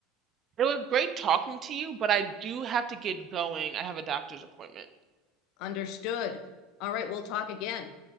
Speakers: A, on the right (about 35°); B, on the left (about 60°).
A: it was great talking to you, but I do have to get going. I have a doctor's appointment.
B: Understood. All right, we'll talk again.